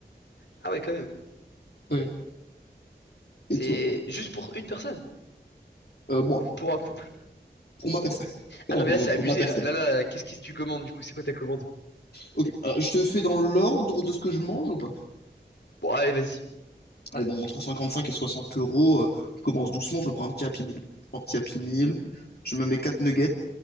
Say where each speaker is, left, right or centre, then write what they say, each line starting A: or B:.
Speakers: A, on the left; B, on the left.
A: Ah ouais, quand même.
B: Ouais.
A: C'est
B: Et toi?
A: juste pour une personne.
B: Euh, bon,
A: Ou pour un couple.
B: Pour ma personne. <laughs>
A: Ah
B: Non,
A: non, mais
B: non,
A: là, c'est
B: non, pour
A: abusé,
B: ma personne.
A: là. Là, là, qu'est-ce qu'est-ce que tu commandes, du coup? C'est quoi ta commande?
B: Ok, alors je te fais dans l'ordre de ce que je mange ou pas?
A: Bon, allez, vas-y.
B: Allez, bon, entre 55 et 60 euros, euh, je commence doucement, je me prends un petit Happy Meal. Je prends un petit Happy Meal, je me mets 4 nuggets